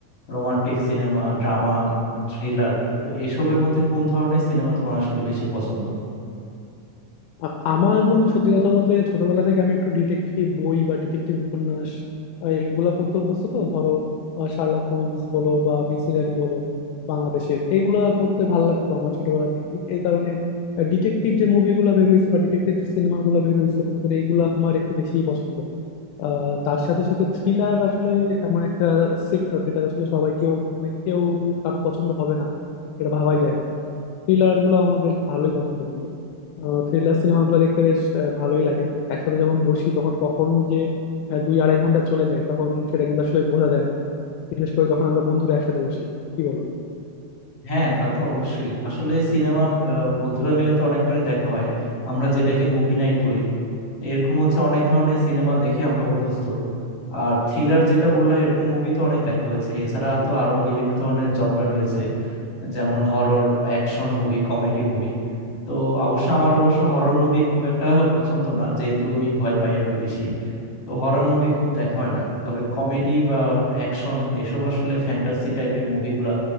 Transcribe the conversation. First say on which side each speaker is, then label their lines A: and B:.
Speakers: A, on the left (about 50°); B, on the left (about 85°).
A: রোমান্টিক সিনেমা ড্রামা থ্রিলার তো এসবের মধ্যে কোন ধরনের সিনেমা তোমার আসলে বেশি পছন্দ
B: আ- আমার বন্ধু সত্যি কথা বলতে ছোটবেলা থেকে আমি একটু ডিটেকটিভ বই বা ডিটেকটিভ উপন্যাস আ, এগুলা পড়তে অভ্যস্ত তো ধরো আ, শার্লক হোমস বলো বা মিসির আলী বলো বাংলাদেশের এগুলা পড়তে ভাল লাগতো আমার ছোটবেলা থেকেই এই কারণে ডিটেকটিভ যে মুভিগুলো বের হয়েছে বা ডিটেকটিভ যে সিনেমাগুলো বের হয়েছে মনে করে এগুলো আমার একটু বেশিই পছন্দ আহ তার সাথে সাথে থ্রিলার আসলে এমন একটা সেক্টর যেটা আসলে সবাই কেউ মানে কেউ কারো পছন্দ হবে না এটা ভাবাই যায় না থ্রিলার গুলো আমার বেশ ভালোই পছন্দ বন্ধু থ্রিলার সিনেমাগুলো দেখতে বেশ আহ, ভালোই লাগে একসাথে যখন বসি তখন কখন যে আহ, দুই আড়াই ঘন্টা চলে যায় তখন সেটা কিন্তু আসলে বোঝা যায় না বিশেষ করে যখন আমরা বন্ধুরা একসাথে বসি কি বলো
A: হ্যাঁ তা তো অবশ্যই আসলে সিনেমা বন্ধুরা মিলে তো অনেকবারই দেখা হয় আমরা যেটাকে মুভি নাইট বলি এরকম হচ্ছে অনেক ধরনের সিনেমা দেখে আমরা অভ্যস্ত আর থ্রিলার যেটা বললাম এরকম মুভি তো অনেক দেখা হয়েছে এছাড়া তো আরো বিভিন্ন ধরনের জনরা রয়েছে যেমন horror action movie comedy movie তো অবশ্য আমার অবশ্য হরর মুভি খুব একটা পছন্দ না যেহেতু আমি ভয় পাই অনেক বেশি তো হরর মুভি খুব দেখা হয় না তবে কমেডি বা অ্যাকশন এসব আসলে ফ্যান্টাসি টাইপের মুভিগুলা